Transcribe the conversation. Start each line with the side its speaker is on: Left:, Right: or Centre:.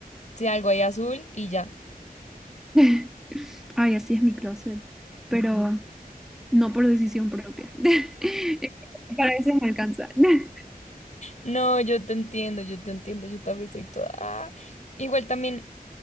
Left: si algo ahí azul y ya.
Centre: <laughs> Ay, así es mi closet. Pero, no por decisión propia. <laughs> Para eso me alcanza. <laughs>
Left: No, yo te entiendo, yo te entiendo, yo también soy toda... ah. Igual también